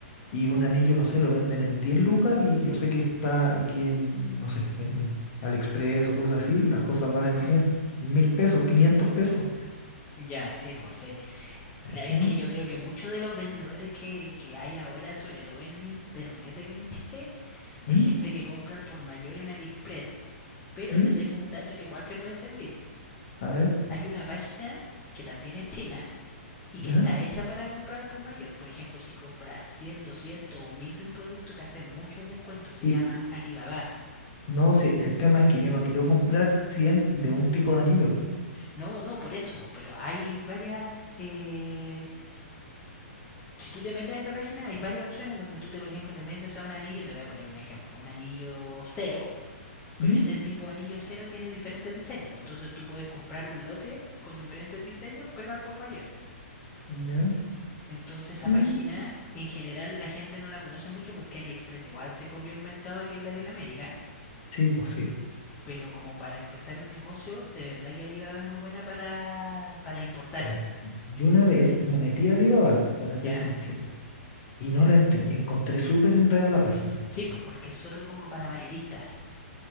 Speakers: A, on the left (about 40°); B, on the left (about 15°).
A: y un anillo, no sé, lo venden en 10 lucas y yo sé que está, y que en, no sé, en AliExpress o cosas así, las cosas valen,
B: Ujú,
A: no sé, mil pesos, quinientos pesos,
B: Ya, sí, pues sí.
A: ¿cachai?
B: La- Es que yo creo que muchos de los vendedores que, que hay ahora, sobre todo en internet aquí en Chile,
A: ¿Mm?
B: Es gente que compra al por mayor en AliExpress, pero
A: ¿Mm?
B: te tengo un dato que igual te puede servir.
A: A ver,
B: Hay una página que también es china y
A: ¿ya?
B: que está hecha para comprar al por mayor. Por ejemplo, si compras 100, 200 o 1000 de un producto, te hacen muchos descuentos. Se
A: Y
B: llama Alibaba.
A: No, sí, el tema es que yo no quiero comprar 100 de un tipo de anillo. po.
B: No, no, por eso, pero hay varias... eh, si tú te metes a esa página, hay varias opciones donde tú, te, por ejemplo, te metes a un anillo, te voy a poner un ejemplo, un anillo cero, Pero
A: ¿Mm?
B: ese tipo de anillo cero tiene diferentes diseños. Pues entonces tú puedes comprar un lote con diferentes diseños, pero al por mayor.
A: ¿Ya?
B: Entonces esa
A: Mm,
B: página en general la gente no la conoce mucho porque AliExpress igual se comió el mercado aquí en Latinoamérica.
A: Sí, pues sí.
B: Pero como para empezar un negocio, de verdad que Alibaba es muy buena para, para importar.
A: Mira, yo una vez me metí a Alibaba, para ser
B: ¿Ya?
A: sincero, y no la ente- encontré súper enredada la página.
B: Sí, pues porque es solo como para mayoristas.